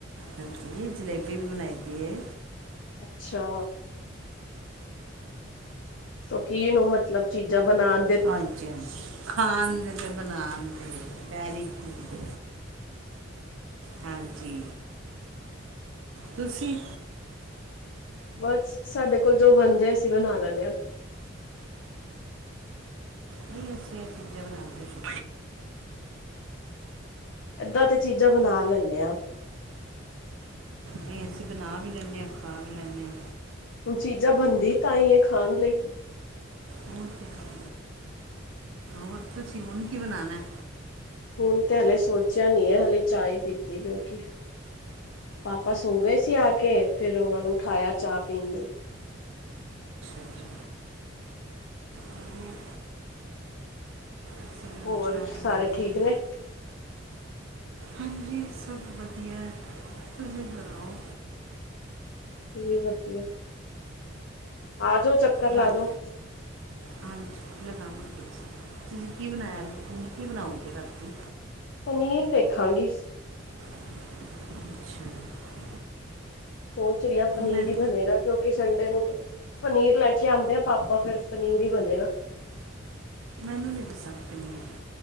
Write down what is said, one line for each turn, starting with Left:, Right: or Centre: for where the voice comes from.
Right: ਹਾਂਜੀ ਜਲੇਬੀ ਵੀ ਬਣਾਈ ਦੀ ਹੈ
Left: ਅੱਛਾ ਸ਼ੌਕੀਨ ਔ ਮਤਲਬ ਚੀਜ਼ਾਂ ਬਣਾਉਣ
Right: ਹਾਂਜੀ ਹਾਂਜੀ ਖਾਣ ਦੇ ਅਤੇ ਬਣਾਉਣ ਦੇ ਵੈਰੀ ਗੁਡ ਹਾਂਜੀ ਤੁਸੀਂ
Left: ਬਸ ਸਾਡੇ ਕੋਲ ਜੋ ਬਣ ਜਾਏ ਅਸੀਂ ਬਣਾ ਲੈਂਨੇ ਆਂ
Right: ਨਹੀਂ ਅਸੀਂ ਇਹ ਚੀਜ਼ਾਂ ਬਣਾਉਂਦੇੁ
Left: ਏਦਾਂ ਤੇ ਚੀਜ਼ਾਂ ਬਣਾ ਲੈਂਨੇ ਆਾਂ
Right: ਨਹੀਂ ਅਸੀਂ ਬਣਾ ਵੀ ਲੈਂਨੇ ਆਂ ਖਾ ਵੀ ਲੈਂਨੇ ਆਂ
Left: ਹੁਣ ਚੀਜ਼ਾਂ ਬਣਦੀ ਤਾਂ ਹੀ ਹੈ ਖਾਣ ਲਈ
Right: ਔ ਤੇ ਹੈ ਔਰ ਤੁਸੀ ਹੁਣ ਕੀ ਬਣਾਣਾ ਹੈ
Left: ਹੁਣ ਤੇ ਹਾਲੇ ਸੋਚਿਆ ਨੀ ਹੈ ਹਾਲੇ ਚਾਹ ਪੀਤੀ ਕਿਉਂਕਿ ਪਾਪਾ ਸੋ ਗਏ ਸੀ ਆ ਕੇ ਫਿਰ ਉਹਨਾ ਨੂੰ ਉਠਾਇਆ ਚਾਹ ਪੀਣ ਲਈ
Right: ਅੱਛਾ ਜੀ ਵਧੀਆ ਅਸੀਂ ਵੀ ਹੁਣ
Left: ਹੋਰ
Right: ਚਾਹ
Left: ਸਾਰੇ
Right: ਬਣਾਵਾਂਗੇ
Left: ਠੀਕ ਨੇ
Right: ਹਾਂਜੀ ਸਭ ਵਧੀਆ ਐ ਤੁਸੀਂ ਸੁਣਾਓ
Left: ਕਿਵੇਂ ਵਧੀਆ ਐ ਆ ਜਾੋ ਚੱਕਰ ਲਾਜਓ
Right: ਰਾਤ ਹਾਂਜੀ ਲਗਾਵਾਂਗੇ ਜੀ, ਤੁਸੀਂ ਕੀ ਬਣਾਇਆ ਵ ਤੁਸੀ ਕੀ ਬਣਾਓਗੇ ਰਾਤੀ
Left: ਪਨੀਰ ਦੇਖਾਂਗੀ
Right: ਅੱਛਾ
Left: ਸੋਚ ਰਹੀ ਆਂ ਪਨੀਰ
Right: ਮੈਂ
Left: ਹੀ ਬਣੇਗਾ ਕਿਉਂਕਿ ਸੰਡੇ ਨੂੰ ਪਨੀਰ ਲੈ ਕੇ ਆਉਂਦੇ ਆ ਪਾਪਾ ਫੇਰ ਪਨੀਰ ਹੀ ਬਣੇਗਾ
Right: ਔ ਨੂੰ ਨੀ ਪਸੰਦ ਪਨੀਰ,